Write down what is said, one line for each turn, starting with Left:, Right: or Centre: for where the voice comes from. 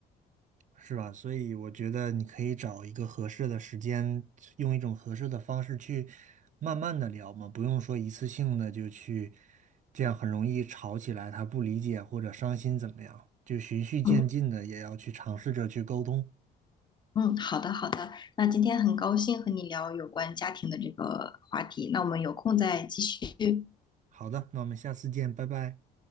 Right: 是吧？所以我觉得你可以找一个合适的时间，用一种合适的方式去慢慢的聊嘛，不用说一次性的就去，这样很容易吵起来，他不理解或者伤心怎么样，就循序渐进的也要去尝试着去沟通。
Left: 嗯嗯，好的好的，那今天很高兴和你聊有关家庭的这个话题，那我们有空再继续，
Right: 好的，那我们下次见，拜拜。